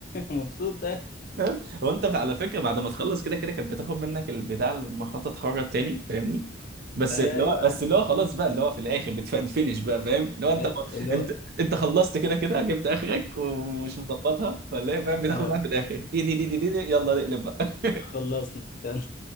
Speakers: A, on the left; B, on the right.
A: <laughs> مبسوط
B: فاهم هو انت على فكره بعد ما تخلص كده كده كانت بتاخد منك البتاع المخطط تخرج تاني فاهمني بس
A: ايوه
B: اللي هو بس اللي هو خلاص بقى اللي هو في الاخر بتفنش <laughs> بقى فاهم اللي هو انت
A: آه، اللي
B: انت
A: هو
B: انت خلصت كده كده جبت اخرك ومش مظبطها فاللي هي فاهم بتاخد
A: آه.
B: بقى في الاخر دي دي دي دي دي, دي يلا نقلب بقى
A: خلصنا <laughs>